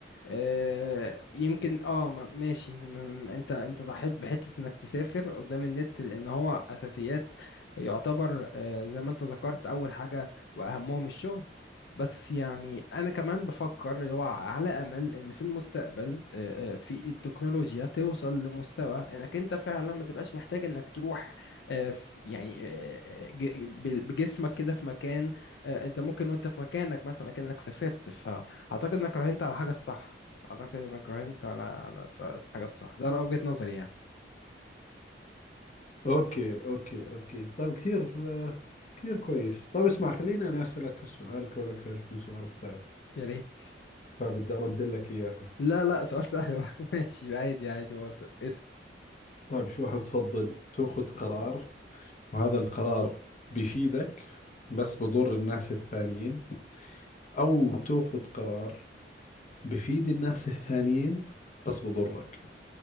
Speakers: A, on the left (about 70°); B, on the left (about 45°).
A: آه، يمكن اه ما- ماشي م- م- انت انت ضحيت بحته انك تسافر قدام النت لان هو اساسيات يعتبر آه، زي ما انت ذكرت اول حاجه واهمهم الشغل بس يعني انا كمان بفكر اللي هو على امل ان في المستقبل آه، آه، في التكنولوجيا توصل لمستوى انك انت فعلا ما تبقاش محتاج انك تروح آه، في- يعني آه، آه، ج- بجسمك كده في مكان آه، انت ممكن وانت في مكانك مثلا كأنك سافرت فاعتقد انك راهنت على حاجه الصح أعتقد إنك راهنت على على س- الحاجة الصح ده رأي وجهة نظري يعني
B: اوكي اوكي اوكي طيب كثير آه، كثير كويس طيب اسمع خليني انا اسالك هالسؤال كونك سالتني سؤال صعب
A: يا ريت
B: فبدي ارد لك اياها
A: لا لا سؤال سهل بقى. <laughs> ماشي عادي عادي برضه اسأل
B: طيب شو حتفضل تاخذ قرار وهذا القرار بفيدك بس بضر الناس الثانيين او تاخذ قرار بفيد الناس الثانيين بس بضرك